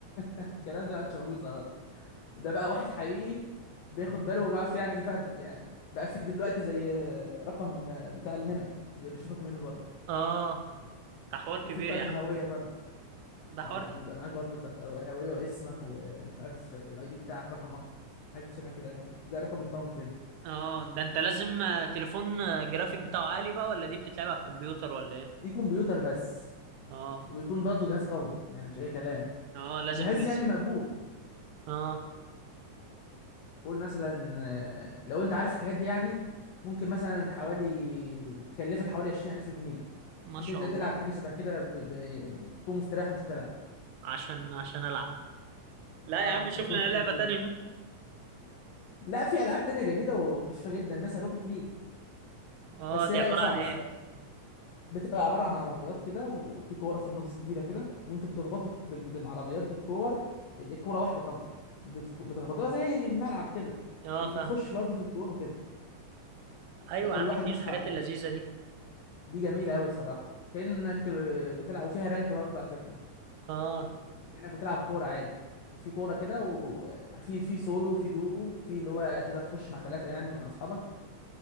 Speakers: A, on the left; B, on the right.
A: <laughs> الكلام ده ما عادش موجود خلاص ده بقى واحد حقيقي بياخد باله وبيعرف يعني يفرق يعني بقى في دلوقتي زي رقم بتاع النمر بي- بيشوفك منه برضه
B: اه ده حوار
A: وفي
B: كبير
A: بطاقه
B: يا عم
A: الهويه برضه
B: ده
A: اه
B: حوار
A: بيبقى معاك برضه بتاعه الهويه واسمك ومش عارف الاي دي بتاعك رقمك حاجه شبه كده يعني زي الرقم القومي كده
B: اه ده انت لازم آه، تليفون آه، جرافيك بتاعه عالي بقى ولا دي بتتلعب على الكمبيوتر ولا ايه
A: دي كمبيوتر بس
B: اه
A: ويكون برضه جهاز قوي يعني مش اي كلام
B: اه لازم
A: جهاز
B: بي
A: يعني
B: سي
A: مقبول
B: اه
A: قول مثلا آه، لو انت عارف الحاجات دي يعني ممكن مثلا حوالي تكلفك حوالي 20000 جنيه
B: ما
A: عشان
B: شاء
A: تبدا
B: الله
A: تلعب حاجه شبه كده ب... ب... يعني تكون مستريح وانت بتلعب
B: عشان عشان العب لا
A: اه
B: يا عم شوف
A: ما يكونش
B: لنا
A: فيه
B: لعبة
A: لاج
B: تانية
A: لا في العاب تانية جميله وخفيفه جدا مثلا روكيت ليج
B: اه
A: بس هي
B: دي
A: لعبه
B: عبارة
A: صعبه
B: عن
A: الصراحه
B: ايه
A: بتبقى عبارة عن عربيات كده وفي كورة في النص كبيرة كده وانتوا بتخبطوا بال- بالعربيات دي الكور ال- الكورة واحدة طبعا بت- بتخبطوها زي الملعب كده
B: اه
A: وبتخش
B: فاهم
A: برضه في الجون وكده يبقى
B: ايوه
A: كل
B: يا عم
A: واحد
B: دي
A: ماسك
B: الحاجات
A: عربية
B: اللذيذة دي
A: دي جميلة أوي الصراحة كأنك بتلعب وفيها رانك برضه على فكرة
B: اه
A: كأنك بتلعب كورة عادي في كورة كده وفي في سولو وفي دو في اللي هو تقدر تخش مع ثلاثة يعني مع أصحابك